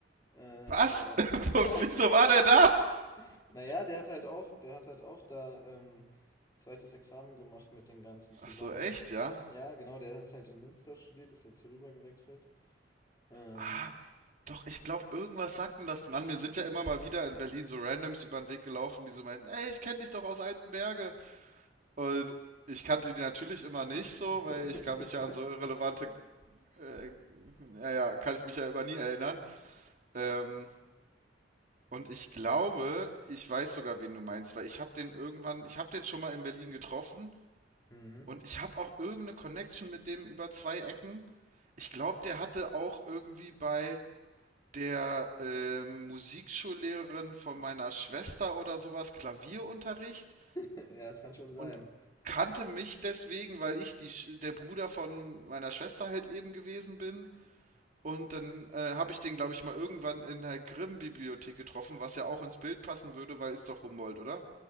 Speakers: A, on the left (about 20°); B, on the right (about 45°).
A: Äh,
B: Was?
A: der war,
B: <laughs>
A: ja,
B: Wieso war der da?
A: <laughs> naja, der hat halt auch, der hat halt auch da ähm, zweites Examen gemacht mit den ganzen zusammen.
B: Ach so, echt, ja?
A: Ja, genau, der hat halt in Münster studiert, ist jetzt hier rüber gewechselt. Ähm,
B: Ah, doch, ich glaube, irgendwas sagten das. Mann, mir sind ja immer mal wieder in Berlin so Randoms über den Weg gelaufen, die so meinten, ey, ich kenne dich doch aus Altenberge. Und ich kannte die natürlich immer nicht so,
A: <laughs>
B: weil ich kann mich ja an so irrelevante, äh, naja, kann ich mich ja immer nie erinnern. Ähm, Und ich glaube, ich weiß sogar, wen du meinst, weil ich habe den irgendwann, ich habe den schon mal in Berlin getroffen
A: mhm.
B: und
A: <laughs>
B: ich habe auch irgendeine Connection mit dem über zwei Ecken. Ich glaube, der hatte auch irgendwie bei der ähm, Musikschullehrerin von meiner Schwester oder sowas Klavierunterricht
A: Ja, es kann schon sein.
B: und kannte mich deswegen, weil ich die, Sch- der Bruder von meiner Schwester halt eben gewesen bin. Und dann äh, habe ich den, glaube ich, mal irgendwann in der Grimm-Bibliothek getroffen, was ja auch ins Bild passen würde, weil ist doch Humboldt, oder?